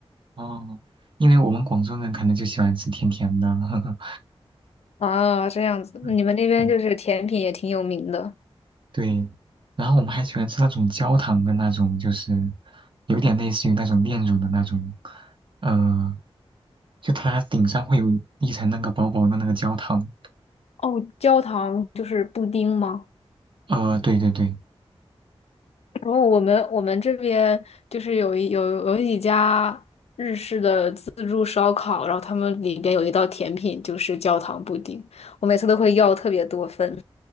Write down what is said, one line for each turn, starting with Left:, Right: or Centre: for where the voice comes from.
Right: 哦，因为我们广州人可能就喜欢吃甜甜的。<laughs>
Left: <laughs> 啊，这样子，
Right: 嗯，
Left: 你们那边就是甜品也挺有名的。
Right: 对对，然后我们还喜欢吃那种焦糖的那种，就是有点类似于那种炼乳的那种，呃，就它顶上会有一层那个薄薄的那个焦糖。
Left: 哦，焦糖就是布丁吗？
Right: 呃，对对对，
Left: 然后我们我们这边就是有一有有几家日式的自助烧烤，然后他们里边有一道甜品就是焦糖布丁，我每次都会要特别多份，